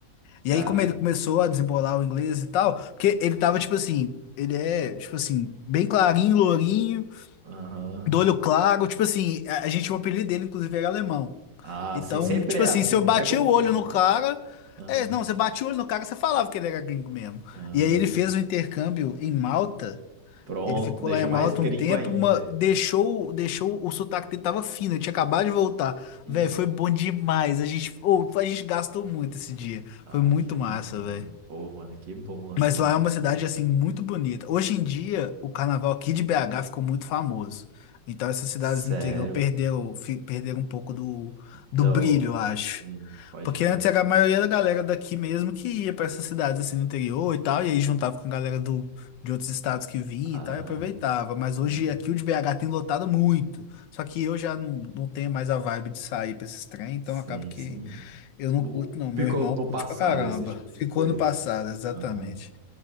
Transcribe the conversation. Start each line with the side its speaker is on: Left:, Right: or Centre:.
Left: E
Right: Cara.
Left: aí, como ele começou a desembolar o inglês e tal, porque ele tava, tipo assim, ele é, tipo assim, bem clarinho, lourinho,
Right: Aham.
Left: do olho claro, tipo assim, a, a gente, o apelido dele, inclusive, era alemão.
Right: Ah,
Left: Então,
Right: sim, sempre
Left: tipo
Right: é
Left: assim,
Right: assim.
Left: se eu bati
Right: Pega um.
Left: o olho no cara,
Right: Aham.
Left: é, não, você batia o olho no cara, você falava que ele era gringo mesmo.
Right: Aham.
Left: E aí ele fez o intercâmbio em Malta,
Right: Pronto,
Left: ele ficou
Right: deixou
Left: lá em Malta
Right: mais gringo
Left: um tempo,
Right: ainda.
Left: ma- deixou, deixou, o sotaque dele tava fino, ele tinha acabado de voltar. Velho,
Right: Ixi.
Left: foi bom demais, a gente, ô, a gente gastou muito esse dia,
Right: Ah,
Left: foi muito
Right: que bom,
Left: massa,
Right: mano.
Left: velho.
Right: Pô, mano, que bom, assim.
Left: Mas lá é uma cidade assim muito bonita. Hoje em dia, o carnaval aqui de BH ficou muito famoso. Então essas cidades
Right: Sério.
Left: do interior perderam, fi- perderam um pouco do,
Right: Não.
Left: do brilho, eu acho.
Right: Sim, pode
Left: Porque
Right: crer.
Left: antes era a maioria da galera daqui mesmo que ia para essas cidades assim no interior e tal, e aí juntava com a galera do, de outros estados que vinha
Right: Ah,
Left: e tal, e aproveitava. Mas
Right: ah,
Left: hoje aqui o de BH tem lotado muito. Só que eu já não, não tenho mais a vibe de sair para esses trem, então
Right: sim,
Left: acaba que
Right: sim.
Left: eu não
Right: O-
Left: curto, não. Meu
Right: Ficou
Left: irmão
Right: no
Left: curte
Right: passado,
Left: pra caramba.
Right: esse tipo de
Left: Ficou
Right: coisa,
Left: no passado,
Right: assim.
Left: exatamente.
Right: Aham.